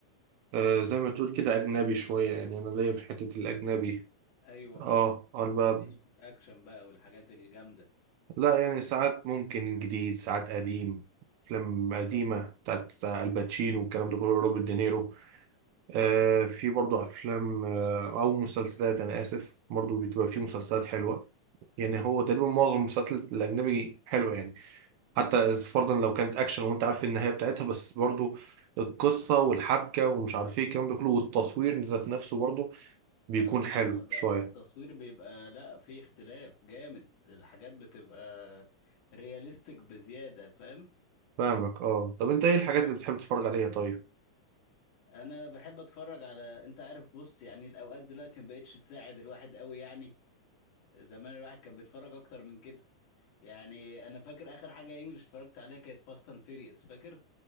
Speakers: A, on the right; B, on the left.
A: آه زي ما تقول كده اجنبي شويه يعني انا ليا في حته الاجنبي
B: ايوه
A: اه
B: بقى
A: انا بقى
B: اديني في الاكشن بقى والحاجات الجامده
A: لا يعني ساعات ممكن جديد ساعات قديم افلام قديمه
B: اه
A: بتاعت الباتشينو والكلام ده كله روبرت دينيرو آه، في برضو افلام آه، او مسلسلات انا اسف برضو بتبقى في مسلسلات حلوه يعني هو تقريبا معظم المسلسلات الاجنبي حلوه يعني حتى فرضا لو كانت اكشن وانت عارف النهايه بتاعتها بس برضو القصه والحبكه ومش عارف ايه الكلام ده كله والتصوير ذات نفسه برضو بيكون
B: اه
A: حلو
B: اه لا
A: شويه
B: التصوير بيبقى لا في اختلاف جامد الحاجات بتبقى رياليستيك بزيادة فاهم
A: فاهمك اه طب انت ايه
B: اه
A: الحاجات اللي بتحب تتفرج عليها طيب
B: انا بحب اتفرج على انت عارف بص يعني الاوقات دلوقتي ما بقتش تساعد الواحد قوي يعني زمان الواحد كان بيتفرج اكتر من كده يعني انا فاكر اخر حاجة انجلش اتفرجت عليها كانت فاست اند فيريوس فاكر